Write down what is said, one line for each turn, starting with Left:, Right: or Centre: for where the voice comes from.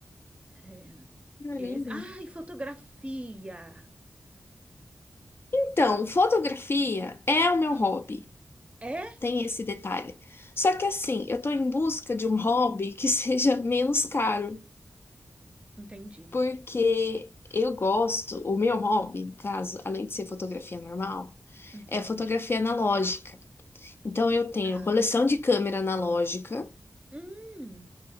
Right: É,
Left: Caramba.
Right: esse... Ah, e fotografia!
Left: Então, fotografia é o meu
Right: Hum,
Left: hobby.
Right: é?
Left: Tem esse detalhe. Só que assim, eu tô em busca de um hobby que <laughs> seja menos caro,
Right: Entendi.
Left: porque eu gosto, o meu hobby, no caso, além de ser fotografia normal,
Right: Uhum.
Left: é fotografia analógica. Então eu tenho
Right: Ah.
Left: coleção de câmera analógica,
Right: Hum.